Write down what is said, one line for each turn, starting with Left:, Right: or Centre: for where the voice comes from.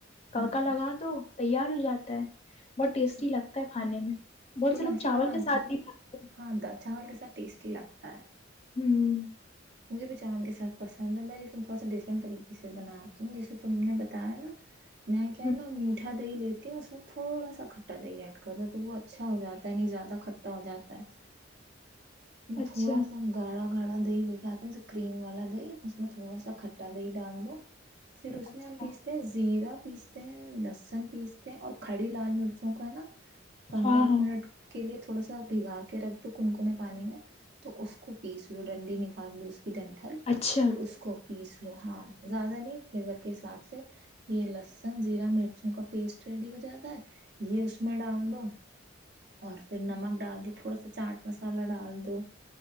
Left: تڑکا
Right: ہوں
Left: لگا دو تیار ہو جاتا ہے بہت
Right: اچھا
Left: ٹیسٹی لگتا ہے کھانے میں بہت
Right: تم
Left: سے لوگ
Right: ایسے
Left: چاول
Right: بناتی
Left: کے ساتھ بھی کھات ہیں
Right: ہاں دا چاول کیسا ٹیسٹی لگتا ہے
Left: ہیں ہوں
Right: مجھے بھی چاول کے ساتھ پسند ہے میں لیکن تھوڑا سا ڈفرنٹ طریقے سے بناتی ہوں جسے تم نے بتایا نا میں کہ
Left: ہوں،
Right: نا میٹھا دہی ل اس میں تھوڑا سا کھٹا دےے ایڈ کر دو تو وہ اچھا ہو جاتا ہے نہیں زیادہ کھٹا ہو جاتا ہے <unintelligible>
Left: اچھا
Right: تھوڑا سا گاڑا <unintelligible> گاڑا دہی لے کے آتا ہیں کریم والا دہی اس میں تھوڑا سا کھٹا دہی ڈال دو <unintelligible> پھر <unintelligible> س
Left: اچھا
Right: میں ہم پیستے ہیں زیرہ پیستے ہیں لہسن پیستے ہیں اور کھڑی لال مرچوں کا ہے نا <unintelligible> پندرہ
Left: ہاں
Right: ایک
Left: ہاں
Right: منٹ کے لیے تو <unintelligible> تھوڑا بگا کے رکھ دو کن کون <unintelligible> پانی میں تو اس کو پیس لو ڈنڈی نکال دو اس کے <unintelligible> ایکسیڈینٹ ہے
Left: اچھا
Right: پھر اس کو <unintelligible> پیس لو ہاں زیادہ نہیں فلیور کے حساب سے یہ لہسن زیرا مرچوں کا پیسٹ ریڈی ہو جاتا ہے یہ اس میں ڈال دو اور پھر نمک ڈال دو تھوڑا سا چاٹ مس <unintelligible> مسالہ ڈال دو